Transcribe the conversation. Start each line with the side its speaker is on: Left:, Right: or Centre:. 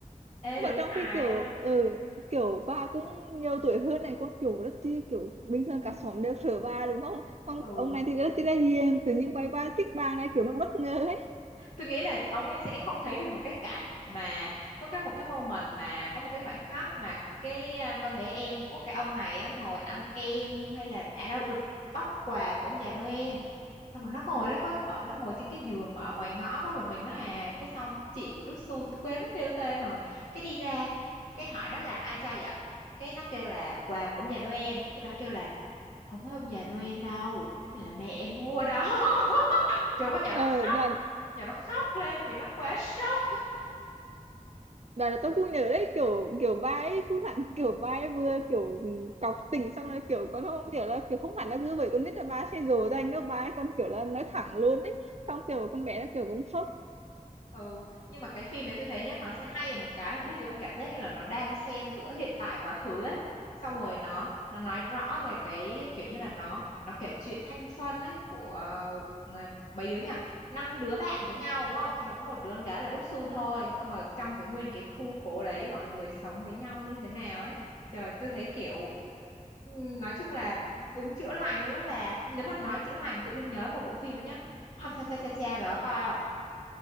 Left: ê đúng
Right: mà trong
Left: hài
Right: cái kiểu
Left: luôn
Right: ừ, kiểu bà cũng nhiều tuổi hơn này con kiểu rất chi kiểu bình thường cả xóm đều sợ bà đúng không xong
Left: ừ
Right: ông này thì rất chi là hiền tự nhiên quay qua thích bà này kiểu nó bất ngờ ấy
Left: tôi nghĩ là ông ấy sẽ không thấy được một cái cảnh mà có cái một cái moment mà có một cái khoảnh khắc mà cái à, con bé em của cái ông này á ngồi ăn kem hay là à đâu được bóc quà của ông già Noel xong rồi nó ngồi đó có ở nó ngồi trên cái giường mà ở ngoài ngõ có một mình nó à cái xong chị của Đức Sun tôi quên mất kêu tên rồi cái đi ra cái hỏi nó là ai cho vậy cái nó kêu là quà của ông già Noel cái bà kêu là không phải ông già Noel đâu này là mẹ em mua đó <laughs> chỗ con nhỏ
Right: ờ
Left: nó
Right: đoàn
Left: giờ nó khóc lên vì nó quá sốc
Right: đoàn là tôi cũng nhớ đấy kiểu kiểu bà ấy cũng hẳn kiểu bà ấy vừa kiểu ừ, cọc tình xong rồi kiểu con không kiểu là kiểu không hẳn là cứ bởi con nít là bà ấy sẽ dỗ dành đâu bà ấy còn kiểu là nói thẳng luôn ấy xong kiểu con bé nó kiểu cũng sốc
Left: ừ nhưng mà cái phim đấy tôi thấy nhá nó sẽ hay ở một cái là biết gì không cảm giác như là nó đan xen giữa hiện tại quá khứ ấy xong rồi nó nó nói rõ về cái kiểu như là nó nó kể chuyện thanh xuân ấy của ờ, mấy đứa nhỉ năm đứa bạn với nhau đúng không trong đó có một đứa con gái là Đúc Sun thôi xong rồi trong cái nguyên cái khu phố đấy mọi người sống với nhau như thế nào ấy trời tôi thấy kiểu Ừ, nói chung là đúng chữa lành luôn đó bà nếu mà nói chữa lành tự dưng nhớ một bộ phim đó nhá Hom Cha Cha Cha Cha bà có coi không